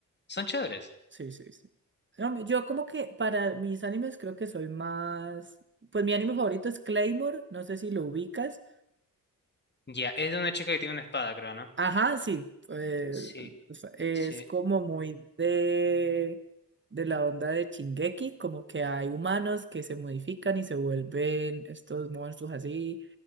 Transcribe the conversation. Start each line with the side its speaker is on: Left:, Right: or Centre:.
Left: Son chéveres.
Right: Sí, sí, sí. No, me- Yo como que para mis animes creo que soy más... Pues mi anime favorito es Claymore, no sé si lo ubicas.
Left: Ya, es de una chica que tiene una espada, creo, ¿no?
Right: Ajá, sí, eh,
Left: Sí,
Right: es
Left: sí.
Right: como muy de, de la onda de Shingeki, como que hay humanos que se modifican y se vuelven estos monstruos así,